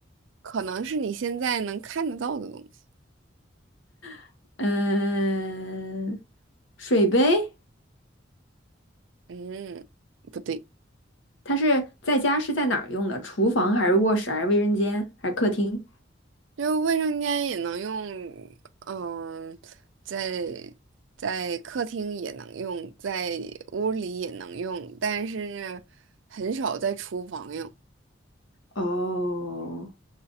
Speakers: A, on the right; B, on the left.
A: 可能是你现在能看得到的东西。
B: <laughs> 嗯，水杯。
A: 嗯，不对，
B: 它是在家是在哪儿用的？厨房还是卧室还是卫生间还是客厅？
A: 就卫生间也能用，嗯，在在客厅也能用，在屋里也能用，但是呢很少在厨房用。
B: 哦，